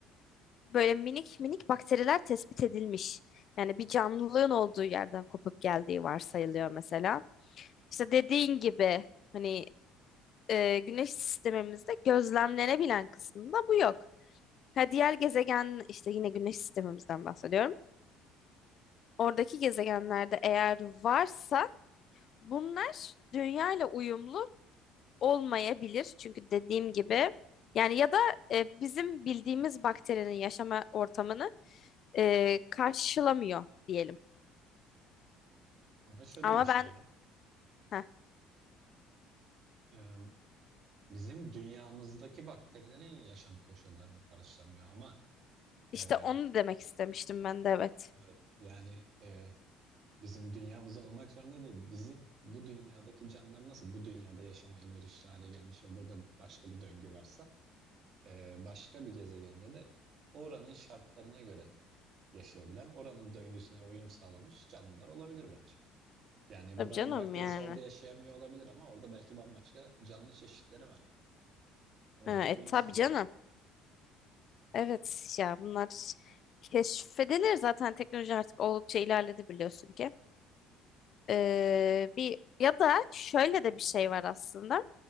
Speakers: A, on the left; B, on the right.
A: böyle minik minik bakteriler tespit edilmiş. Yani bir canlılığın olduğu yerden kopup geldiği varsayılıyor mesela. İşte dediğin gibi hani e, güneş sistemimizde gözlemlenebilen kısmında bu yok. Ha, diğer gezegen işte yine güneş sistemimizden bahsediyorum. Oradaki gezegenlerde eğer varsa bunlar dünya ile uyumlu olmayabilir. Çünkü dediğim gibi yani ya da e, bizim bildiğimiz bakterinin yaşama ortamını e, karşılamıyor diyelim.
B: Ama şöyle
A: Ama
B: bir şey
A: ben
B: var.
A: heh,
B: E, bizim dünyamızdaki bakterilerin yaşam koşullarını karşılamıyor ama
A: işte
B: e,
A: onu demek istemiştim ben de evet.
B: evet, yani e, Bizim dünyamızda olmak zorunda değil. Bizim bu dünyadaki canlılar nasıl bu dünyada yaşama elverişli hale gelmiş ve burada başka bir döngü varsa e, başka bir gezegende de oranın şartlarına göre yaşayabilen, oranın döngüsüne uyum sağlamış canlılar olabilir bence. Yani
A: Tabii
B: buranın
A: canım
B: bakterisi
A: yani.
B: orada yaşayamıyor olabilir ama orada belki bambaşka canlı çeşitleri var. Oraya
A: Ha, e,
B: uyum
A: tabii
B: sağlamış.
A: canım. Evet ya bunlar keşfedilir zaten teknoloji artık oldukça ilerledi biliyorsun ki. Ee, bir ya da şöyle de bir şey var aslında.